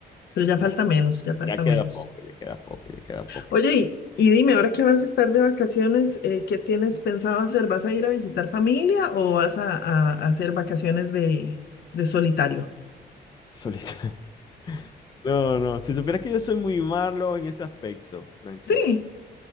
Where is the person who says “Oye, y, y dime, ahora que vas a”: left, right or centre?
Left